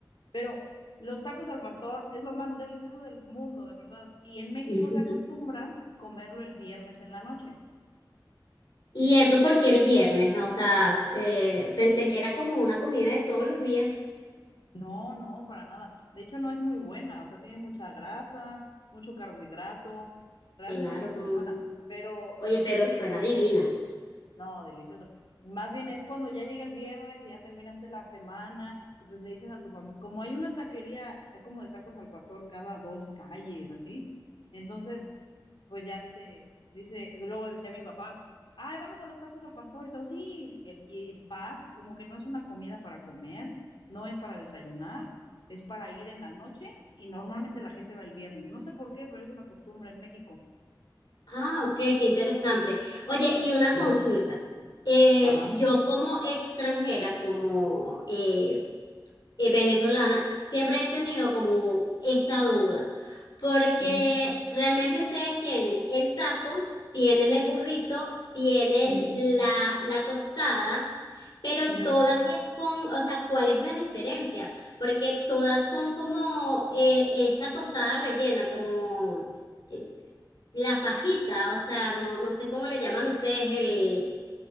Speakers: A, on the left (about 85°); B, on the left (about 60°).
A: Pero los tacos al pastor es lo más delicioso del mundo, de verdad. Y en México
B: <laughs>
A: se acostumbra comerlo el viernes en la noche.
B: Y eso porque el viernes, o sea, eh, pensé que era como una comida de todos los días.
A: No, no, para nada. De hecho, no es muy buena, o sea, tiene mucha grasa, mucho carbohidrato. Realmente
B: Claro,
A: no es
B: con...
A: muy buena, pero,
B: Oye, pero
A: pero,
B: suena divina.
A: no, delicioso. Más bien es cuando ya llega el viernes y ya terminaste la semana y pues le dices a tu familia, como hay una taquería, hay como de tacos al pastor cada dos calles, así. Entonces, pues ya dice, dice, luego decía mi papá, ay, vamos a los tacos al pastor y todo, sí, e- y vas, como que no es una comida para comer, no es para desayunar, es para ir en la noche y normalmente la gente va el viernes, no sé por qué, pero es una costumbre en México.
B: Ah, ok, qué interesante. Oye, y una
A: Ujú,
B: consulta. Eh,
A: Ajá.
B: yo como extranjera, como eh, eh, venezolana, siempre he tenido como esta duda, porque
A: ujú,
B: realmente ustedes tienen el taco, tienen el burrito, tienen
A: ujú,
B: la, la tostada, pero
A: ujú,
B: todas es con, o sea, ¿cuál es la diferencia? Porque todas son como eh, esta tostada rellena, como eh, la fajita, o sea, no, no sé cómo le llaman ustedes el,